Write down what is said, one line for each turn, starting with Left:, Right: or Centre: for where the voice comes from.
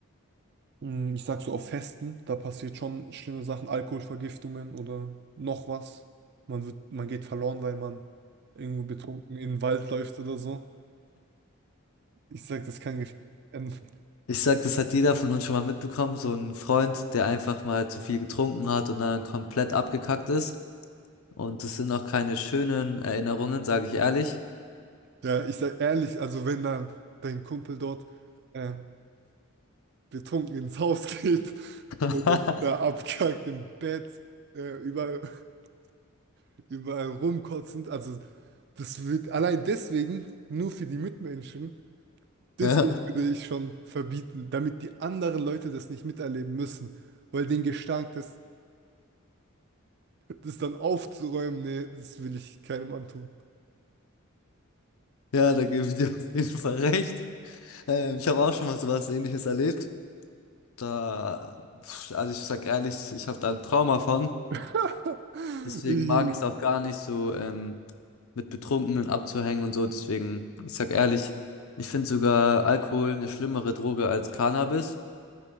Right: Mm, Ich sag so auf Festen, da passiert schon schlimme Sachen, Alkoholvergiftungen oder noch was. Man wird, man geht verloren, weil man irgendwo betrunken in den Wald läuft oder so. Ich sag, das kann gefährlich enden.
Left: Ich sag, das hat jeder von uns schon mal mitbekommen, so ein Freund, der einfach mal zu viel getrunken hat und dann komplett abgekackt ist. Und das sind auch keine schönen Erinnerungen, sage ich ehrlich.
Right: Ja, ich sag ehrlich, also wenn dann dein Kumpel dort ähm, betrunken ins Haus <laughs> geht
Left: <laughs>
Right: und da abkackt im Bett, äh, überall, <laughs> überall rumkotzend, also das wird allein deswegen nur für die Mitmenschen Deswegen
Left: Ja,
Right: würde ich schon verbieten, damit die anderen Leute das nicht miterleben müssen. Weil den Gestank, das, das dann aufzuräumen, nee, das will ich keinem antun.
Left: ja, da gebe ich dir auf jeden Fall recht. Ähm, ich habe auch schon mal sowas Ähnliches erlebt. Da, pf, also ich sag ehrlich, ich habe da ein Trauma von.
Right: <laughs>
Left: Deswegen
Right: Ih.
Left: mag ich es auch gar nicht so ähm, mit Betrunkenen abzuhängen und so. Deswegen, ich sag ehrlich, ich finde sogar Alkohol eine schlimmere Droge als Cannabis.